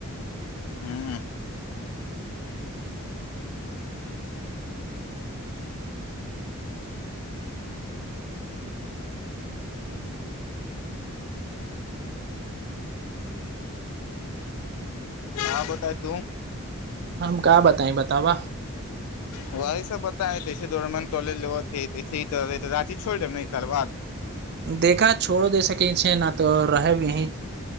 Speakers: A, on the left (about 80°); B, on the right (about 50°).
A: हँ हँ बताय तू
B: हम का बताई बतावा
A: वही सब बताइ <unintelligible> दरम तोलेस त री छोड़ि देब ने ई साल बाद
B: देखा छोड़ो दे सकय नहि त रहब यहीं